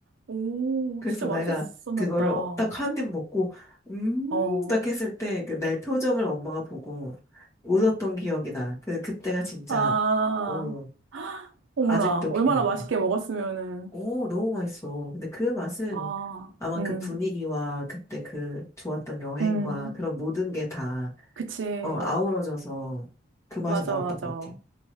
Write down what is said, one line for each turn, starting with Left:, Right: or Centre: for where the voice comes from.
Right: 오,
Left: 그래서
Right: 진짜
Left: 내가
Right: 맛있었나
Left: 그거를
Right: 보다. 어.
Left: 딱 한 입 먹고 음
Right: 어.
Left: 딱 했을 때 그 내 표정을 엄마가 보고 웃었던 기억이 나. 그 그때가 진짜
Right: 아,
Left: 어
Right: 어머나.
Left: 아직도 기억.
Right: 얼마나 맛있게 먹었으면은.
Left: 오, 너무 맛있어. 근데 그 맛은
Right: 아,
Left: 아마
Right: 음,
Left: 그 분위기와 그때 그 좋았던 여행과
Right: 음.
Left: 그런 모든 게 다,
Right: 그치.
Left: 어, 아우러져서 그 맛이
Right: 맞아,
Left: 나왔던
Right: 맞아.
Left: 것 같아.